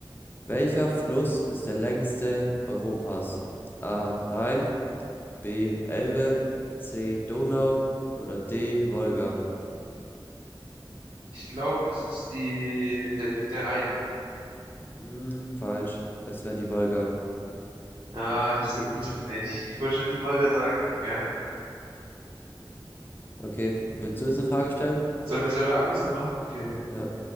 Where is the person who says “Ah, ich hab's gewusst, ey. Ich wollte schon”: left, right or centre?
Right